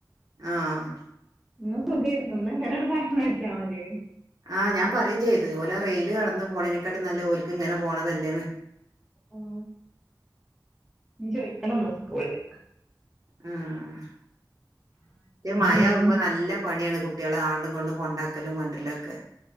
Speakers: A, on the right; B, in the centre.
A: ആഹ്
B: ഇന്നാ സുഖേര്ന്നു. ന്നാ ഇങ്ങനണ്ട് പറഞ്ഞയച്ചാ മതിയെനു
A: ആ ഞാൻ പറിം ചെയ്ത് ഓലാ റെയില് കടന്ന് പോണേനെക്കാട്ടി നല്ലെ ഓല്ക്ക് ഇങ്ങനെ പോണതല്ലേന്ന്
B: ഉം ഇഞ്ഞ് ചോയിക്കണംന്ന് സ്കൂളില്
A: ഉം റ്റെ മയാവുമ്പോ
B: ഉം
A: നല്ല പണിയാണ് കുട്ട് കുട്യാളെ ആണ്ടുംങ്ങട്ടും കൊണ്ടാ ക്കലും കൊണ്ടര്ലൊക്കെ